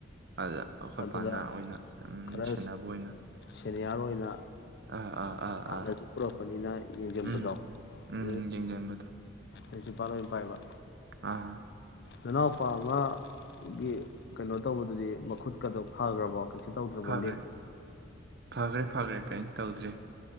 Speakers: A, on the right; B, on the left.
A: ꯑꯗ ꯑꯩꯈꯣꯏꯄꯥꯅ
B: ꯑꯗꯨꯗ
A: ꯑꯣꯏꯅ ꯎꯝ
B: ꯈꯔ
A: ꯁꯦꯟꯅꯕ ꯑꯣꯏꯅ
B: ꯁꯦꯅꯤꯌꯥꯔ ꯑꯣꯏꯅ
A: ꯑꯥ ꯑꯥ ꯑꯥ
B: ꯍꯥꯟꯅꯁꯨ
A: ꯑꯥ
B: ꯄꯨꯔꯛꯄꯅꯤꯅ ꯌꯦꯝꯕꯗꯣ
A: ꯎꯝ ꯎꯝ
B: ꯑꯗꯨ
A: ꯌꯦꯡꯁꯤꯟꯕꯗꯣ
B: ꯑꯩꯁꯤ ꯄꯥꯣꯏ ꯄꯥꯏꯕ
A: ꯑꯥ
B: ꯅꯅꯥꯎꯄꯥ ꯑꯃꯒꯤ ꯀꯩꯅꯣ ꯇꯧꯕꯗꯨꯗꯤ ꯃꯈꯨꯠꯀꯛꯇ ꯐꯈ꯭ꯔꯕꯣ ꯁꯤꯇ ꯎꯗ꯭ꯔꯕꯣ
A: ꯐꯈ꯭ꯔꯦ
B: ꯂꯦ
A: ꯐꯈ꯭ꯔꯦ ꯐꯈ꯭ꯔꯦ ꯀꯩꯅꯩꯅ ꯇꯧꯗ꯭ꯦ